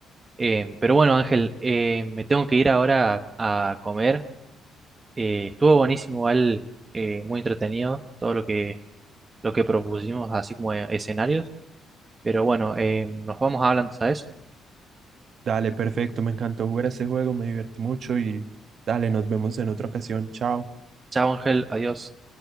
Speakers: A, on the right; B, on the right.
A: Eh, pero bueno, Ángel, eh, me tengo que ir ahora a, a comer. Eh, estuvo buenísimo, igual, eh, muy entretenido todo lo que lo que propusimos, así como eh, escenarios. Pero bueno, eh, nos vamos hablando, ¿sabes?
B: Dale, perfecto, me encantó jugar ese juego, me divertí mucho y dale, nos vemos en otra ocasión. Chao.
A: Chao, Ángel, adiós.